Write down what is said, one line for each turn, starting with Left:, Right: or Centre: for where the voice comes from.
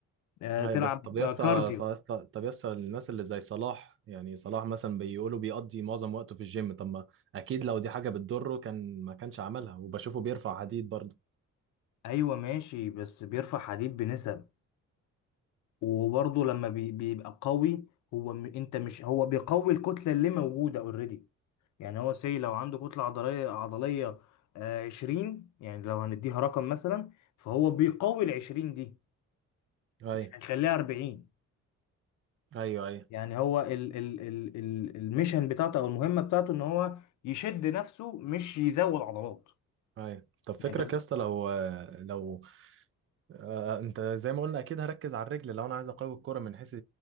Left: آه،
Right: ايوه
Left: تلعب
Right: بس طب يا اسطى
Left: كارديو
Right: صلاح- طب يا اسطى الناس اللي زي صلاح يعني صلاح مثلا بيقولوا بيقضي معظم وقته في الجيم طب ما اكيد لو دي حاجه بتضره كان ما كانش عملها وبشوفه بيرفع حديد برضه
Left: ايوه ماشي بس بيرفع حديد بنسب وبرضه لما بي- بيبقى قوي هو م... انت مش هو بيقوي الكتله اللي موجوده اوريدي يعني هو سي لو عنده كتله عضليه عضليه آه 20 يعني لو هنديها رقم مثلا فهو بيقوي ال 20 دي
Right: ايوه
Left: مش هيخليها 40
Right: ايوه ايوه
Left: يعني هو ال... ال... ال... ال... الميشن بتاعته او المهمه بتاعته ان هو يشد نفسه مش يزود عضلات
Right: ايوه طب فكرك
Left: يعني تز...
Right: يا اسطى لو لو آه، انت زي ما قلنا اكيد هركز على الرجل لو انا عايز اقوي الكرة من حيث